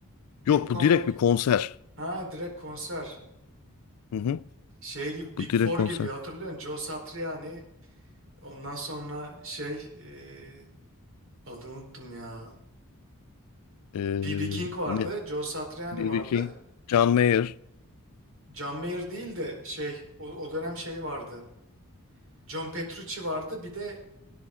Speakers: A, on the right; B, on the left.
A: bir
B: Yok
A: Okan
B: bu direkt
A: Bölge?
B: bir konser.
A: Ha direkt konser.
B: Hı hı.
A: Şey gibi Big
B: Bu direkt
A: Four
B: konser.
A: gibi hatırlıyorsun. Joe Satriani. Ondan sonra şey e, adını unuttum ya.
B: Ee,
A: B.B. King vardı.
B: ne?
A: Joe Satriani
B: B.B.
A: vardı.
B: King, John Mayer.
A: John Mayer değil de şey o, o dönem şey vardı. John Petrucci vardı. Bir de